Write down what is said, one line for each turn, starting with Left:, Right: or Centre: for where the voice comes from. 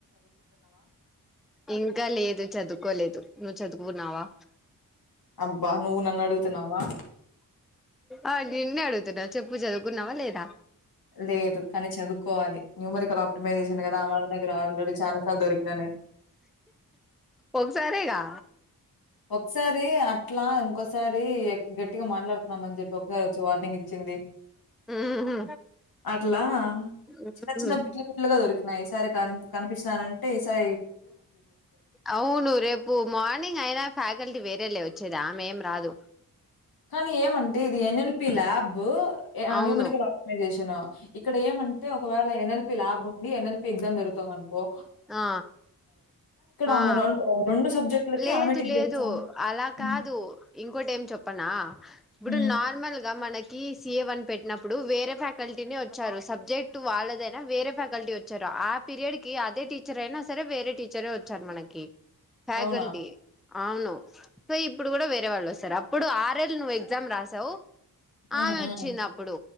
Centre: ఇంకా లేదు చదువుకోలేదు. నువ్వు చదువ్ గున్నావా
Left: అబ్బా నువ్వు నన్ను అడుగుతున్నావా.
Centre: ఆ నిన్నే అడుగుతున్నా చెప్పు చదువుకున్నావా లేదా.
Left: లేదు కానీ చదువుకోవాలి. న్యూమరికల్ ఆప్టిమైజేషన్ కదా ఆ మేడం దగ్గర ఆల్రెడీ చాలాసార్ దొరికినా నేను.
Centre: ఒకసారేగా
Left: ఒకసారి అట్లా ఇంకోసారి ఎక్ గట్టిగా మాట్లాడుతున్నామని చెప్పి ఓక్ సరీ వచ్చి వార్నింగ్ ఇచ్చింది.
Centre: ఉహు
Left: అట్లా
Centre: ఉహు
Left: చిన్న చిన్న బిడ్లు బిట్లుగా దొరికినాయి. ఈ సారి కనీ కనిపించినారంట్ టె ఈ సాయి
Centre: అవును రేపు మార్నింగ్ అయినా ఫ్యాకల్టీ వేరే లే వచ్చేది. ఆమె ఏం రాదు
Left: కానీ ఏమంటే ఇది ఎన్. ఎల్. పి ల్యాబ్ బ్బో
Centre: అవును
Left: న్యూమరికల్ ఆప్టిమైజేషన్ ఇక్కడ ఏమంటే ఒకవేళ ఎన్. ఎల్. పి ల్యాబ్ ఉండి. ఎన్. ఎల్. పి ఎగ్జామ్ జరుగుతుంది. అనుకో
Centre: ఆ ఆ
Left: ఆమె రొం ఆహ్, సబ్జెక్ట్‌లకి
Centre: లేదు
Left: ఆమె టీచ్
Centre: లేదు
Left: చేస్తాంది.
Centre: అలా
Left: హ్మ్.
Centre: కాదు. ఇంకోటి ఏం చెప్పనా. ఇప్పుడు
Left: హ్మ్.
Centre: నార్మల్ గా మనక్ కి సి. ఏ. వన్ పెట్టినప్పుడు వేరే ఫ్యాకల్టీ వచ్చారు. సబ్జెక్ట్ వాళ్ళదైనా వేరే ఫ్యాకల్టీ వచ్చారు. ఆ పీరియడ్ కి అదే టీచర్ అయినా సరే వేరే టీచరే వచ్చారు. మనకి ఫ్యాకల్టీ
Left: అవునా?
Centre: అవును సో ఇప్పుడు కూడా వేరే వాళ్ళు వస్తారు అప్పుడు ఆర్ఎల్ నువ్వు ఎగ్జామ్ రాసావు
Left: హ్మ్.
Centre: ఆమె
Left: హ్మ్.
Centre: వచ్చింది అప్పుడు